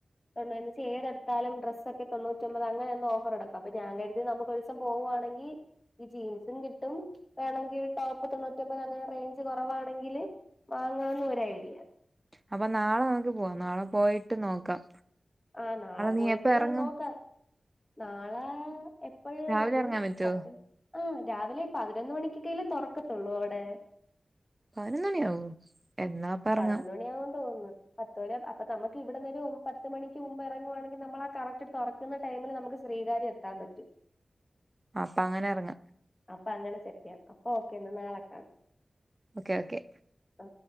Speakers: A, on the left; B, on the right.
A: <unintelligible> ഏതടുത്താലും ഡ്രസ് ഒക്കെ തൊണ്ണൂറ്റമ്പത് അങ്ങനെ ഓഫറടക്കം അപ്പൊ ഞാൻ കരുതി നമുക്കൊരുസം പോവാണെങ്കി ഈ ജീൻസും കിട്ടും വേണങ്കിൽ ടോപ്പ് തൊണ്ണൂറ്റിമ്പത് അങ്ങനെ റേഞ്ച് കുറവാണെങ്കില് വാങ്ങാന്ന് ഒരു ഐഡിയ
B: അപ്പൊ നാളെ നമ്മുക്ക് പോവാം നാളെ പോയിട്ട് നോക്കാം
A: ആഹ് നാളെ പോയിട്ട്
B: നീ എപ്പ എറങ്ങും
A: നോക്കാം നാളെ എപ്പോഴ്
B: രാവിലെ
A: ഒരു
B: എറങ്ങാൻ പറ്റുവോ
A: പത്ത് ആ് രാവിലെ പതിനൊന്ന് മണിക്കൊക്കെ തുറക്കത്തുള്ളൂ അവിടെ
B: പത് നൊന്ന് മണി ആവോ എന്നാ എറങ്ങാം
A: പതിനൊന്ന് മണിയാവും തോന്ന്ന്ന് പത്ത് മണിയാവും അപ്പൊ നമുക്ക് ഇവിടുന്നൊരു പത്ത് മണിക്ക് മുമ്പ് എറങ്ങ്യാണെങ്കിൽ നമ്മളാ കറക്റ്റ് തൊറ ക്കുന്ന ടൈമില് നമുക്ക് സ്രികാര്യം എത്താൻ പറ്റും
B: അപ്പ അങ്ങനെ ഇറങ്ങാ
A: അപ്പൊ അങ്ങനെ സെറ്റ്യ്യാം അപ്പൊ ഓക്കെ എന്നാ നാളെ കാണാം
B: ഓക്കെ ഓക്കേ
A: ഒ